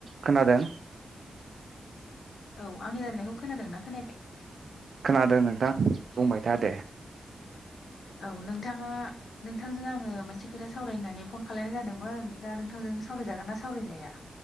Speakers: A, on the right (about 50°); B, on the left (about 65°).
A: खोनादों
B: औ आंनि रायरायनायखौ खोनादों ना खोनायाखै
A: खोनादों नोंथां बुंबाय था दे
B: औ नोंथाङा नोंथांजों आङो मोनसे खोथा सावरायनो होननानै फन खालायनाय जादोंमोन दा नोंथांजों सावरायजागोन ना सावरायजाया